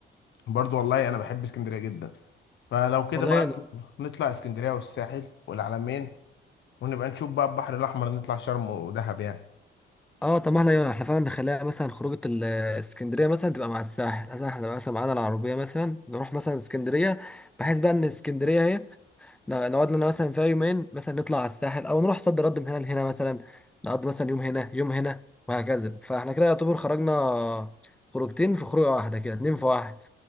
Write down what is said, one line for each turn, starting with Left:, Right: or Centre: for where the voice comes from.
Left: برضو والله انا بحب اسكندريه جدا فلو كده
Centre: والله
Left: بقى
Centre: يعني
Left: نطلع نطلع اسكندريه والساحل والعلمين ونبقى نشوف بقى البحر الاحمر نطلع شرم ودهب يعني
Centre: اه طب ما احنا يعني احنا فعلا نخليها مثلا خروجه ال- اسكندريه مثلا تبقى مع الساحل مثلا احنا نبقى مثلا معانا العربيه مثلا نروح مثلا اسكندريه بحيث بقى ان اسكندريه اهي ن- نقعد لنا مثلا فيها يومين مثلا نطلع على الساحل او نروح صد رد من هنا لهنا مثلا نقضي مثلا يوم هنا يوم هنا وهكذا فاحنا كده يعتبر خرجنا خروجتين في خروجه واحده كده اتنين في واحد